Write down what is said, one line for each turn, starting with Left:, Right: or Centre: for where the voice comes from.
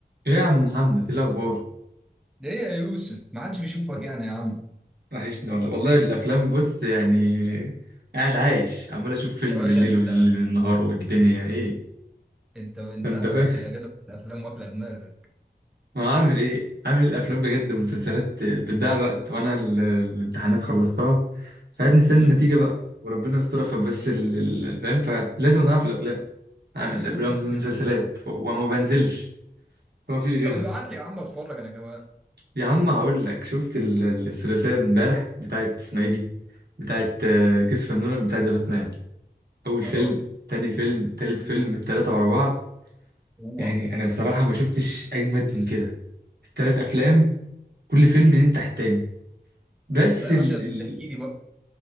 Right: ايه يا عم محمد ايه الاخبار
Centre: ليه يا يوسف ما حدش بيشوفك يعني يا عم
Right: وحشني والله والله الافلام بص يعني قاعد عايش عمال اشوف فيلم
Centre: يا باشا
Right: بالليل
Centre: انت
Right: والنهار والدنيا ايه
Centre: انت من ساعه
Right: انت فاهم
Centre: ما خدت الاجازه في الافلام واكله دماغك
Right: ما عامل ايه عامل الافلام بجد والمسلسلات بتضيع الوقت وانا ال- الامتحانات خلصتها فقاعد مستني
Centre: امم
Right: النتيجة بقى وربنا يسترها فبس ال- ال- الفهم فلازم اضيع في الافلام عامل الافلام
Centre: <laughs>
Right: المسلسلات ف- وما بنزلش فما فيش غيرها
Centre: طب ابعت لي يا عم اتفرج انا كمان
Right: يا عم هقول لك شفت ال- ال- الثلاثية امبارح بتاعت اسمها ايه دي بتاعت آه، كيس فنون بتاعت ذا باتمان اول فيلم
Centre: اه
Right: تاني فيلم تالت فيلم التلاتة ورا بعض
Centre: اوعى
Right: يعني انا بصراحة ما شفتش اجمد من كده التلات افلام كل فيلم ينتح التاني بس
Centre: لا يا
Right: ال...
Centre: باشا انت
Right: ال...
Centre: احكي لي بقى